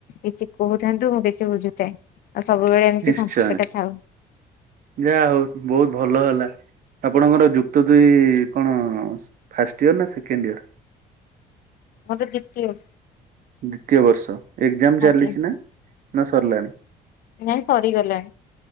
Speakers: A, on the left (about 60°); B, on the right (about 55°).
A: କିଛି କହୁଥାନ୍ତୁ ମୁଁ କିଛି ବୁଝୁଥାଏ। ଆଉ ସବୁବେଳେ ଏମିତି
B: ନିଶ୍ଚୟ
A: ସଙ୍କେଟ ଥାଉ।
B: ଯାହା ହଉ ବହୁତ ଭଲ ହେଲା ଆପଣଙ୍କର ଯୁକ୍ତ ଦୁଇ କଣ ଫାଷ୍ଟ ଇୟର ନା ସେକେଣ୍ଡ ଇୟର?
A: ମୋତ ଦିତୀୟ।
B: ଦ୍ଵିତୀୟ ବର୍ଷ ଏକ୍ଜାମ ଚାଲିଛି
A: ଆଜ୍ଞା
B: ନା ନା ସରିଲାଣି?
A: ନାଇଁ ସରିଗଲାଣି।